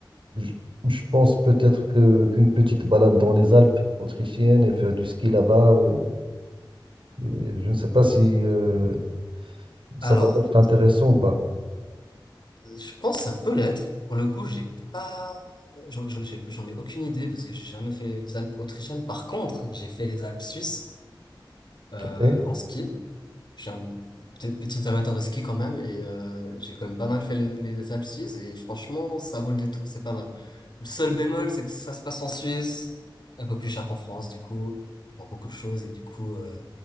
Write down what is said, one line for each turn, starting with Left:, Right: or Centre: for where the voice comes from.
Right: je, je pense peut-être que qu'une petite balade dans les Alpes autrichiennes et faire du ski là-bas, euh, et je ne sais pas si euh, ça
Left: Alors,
Right: va être intéressant ou pas.
Left: Je pense que ça peut l'être. Pour le coup, j'ai pas, j'en j'en- j'ai- j'en ai aucune idée parce que j'ai jamais fait les Alpes autrichiennes. Par contre, j'ai fait les Alpes suisses euh,
Right: Ok
Left: en ski. Je suis un petit petit amateur de ski quand même et euh, j'ai quand même pas mal fait les, les Alpes suisses et franchement, ça vaut le détour. C'est pas mal. Le seul bémol, c'est que ça se passe en Suisse, un peu plus cher qu'en France, du coup, pour beaucoup de choses et du coup, euh,